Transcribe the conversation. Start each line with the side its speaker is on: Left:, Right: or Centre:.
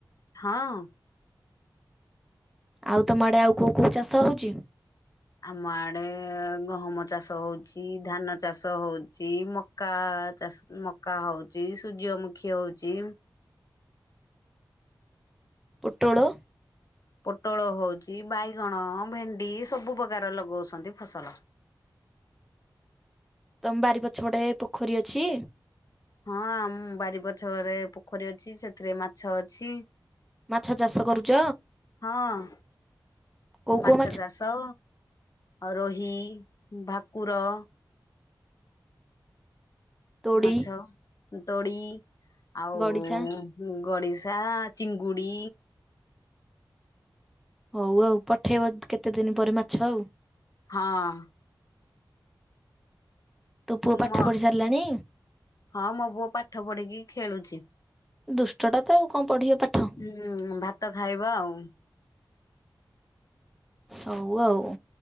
Left: ହଁ।
Centre: ଆଉ ତମ ଆଡେ ଆଉ କୋଉ କୋଉ ଚାଷ ହଉଛି?
Left: ଆମ ଆଡେ ଗହମ ଚାଷ ହଉଛି ଧାନ ଚାଷ ହଉଛି ମକ୍ ମକା ଚାଷ୍ ମକା ହଉଚି ସୂର୍ଯ୍ୟମୁଖୀ ହଉଛି।
Centre: ପୋଟଳ
Left: ପୋଟଳ ହଉଛି, ବାଇଗଣ ଭେଣ୍ଡି ସବୁ ପ୍ରକାର ଲଗଉଛନ୍ତି ଫସଲ।
Centre: ତମ ବାରି ପଛ ପଟେ ପୋଖରୀ ଅଛି?
Left: ହଁ ଆମ୍ ବାରି ପଛଆଡେ ପୋଖରୀ ଅଛି ସେଥିରେ ମାଛ ଅଛି।
Centre: ମାଛ ଚାଷ କରୁଛ?
Left: ହଁ
Centre: କୋଉ
Left: ମାଛ
Centre: କୋଉ
Left: ଚାଷ ରୋହି ଭାକୁର
Centre: ତୋଡ଼ି,
Left: ମାଛ, ତୋଡ଼ି ଆଉ
Centre: ଗଡ଼ିଶା
Left: ହୁଁ ଗଡିଶା-ଆ ଚିଙ୍ଗୁଡି
Centre: ହଉ ଆଉ ପଠେଇବ କେତେ ଦିନ ପରେ ମାଛ ଆଉ।
Left: ହଁ।
Centre: ତୋ ପୁଅ ପାଠ
Left: ମ
Centre: ପଢି ସାରିଲାଣି?
Left: ହଁ ମୋ ପୁଅ ପାଠ ପଢିକି ଖେଳୁଛି।
Centre: ଦୁଷ୍ଟଟା ତ ଆଉ କଣ ପଢ଼ିବ ପାଠ।
Left: ହୁଁ-ଉ-ଉ ଭାତ ଖାଇବ ଆଉ।
Centre: ହଉ ଆଉ,